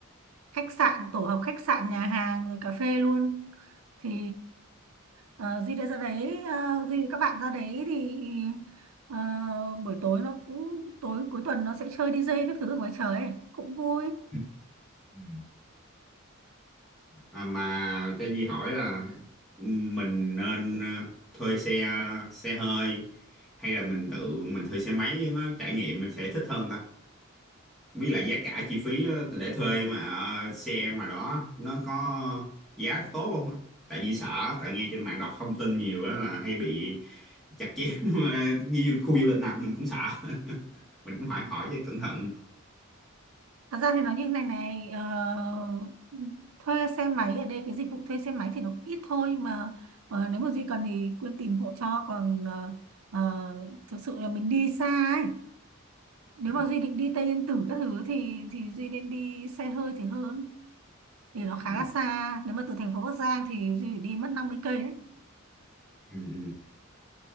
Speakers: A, on the right (about 85°); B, in the centre.
A: khách sạn tổ hợp khách sạn nhà hàng rồi cà phê luôn thì ờ, Duy đã ra đấy ờ, Duy với các bạn ra đấy thì ờ, buổi tối nó cũng tối cuối tuần nó sẽ chơi đi DJ các thứ ở ngoài trời ấy. cũng vui
B: <laughs> Ừ. À, mà cho Di hỏi là ừ, mình nên ờ, thuê xe xe hơi hay là mình tự mình thuê xe máy nó trải nghiệm mình sẽ thích hơn ta. Với lại giá cả chi phí ờ, để thuê mà ờ, xe mà đó nó có giá tốt không? á? Tại vì sợ, tại nghe trên mạng đọc thông tin nhiều đó là hay bị chặt chém <laughs> như khu du lịch nào của mình cũng sợ. <laughs> Mình cũng phải hỏi cho cẩn thận.
A: Thật ra thì nói như này này ờ, thuê xe máy ở đây cái dịch vụ thuê xe máy thì nó cũng ít thôi mà ờ, nếu mà Duy cần thì Quyên tìm hộ cho còn ờ, ờ, thực sự là mình đi xa ấy nếu
B: Ừ.
A: mà Duy định đi Tây Yên Tử các thứ thì thì Duy nên đi xe hơi thì hơn vì nó khá
B: Ừ.
A: là xa nếu mà từ thành phố Bắc Giang thì Duy phải đi mất 50 cây đấy
B: Ừ.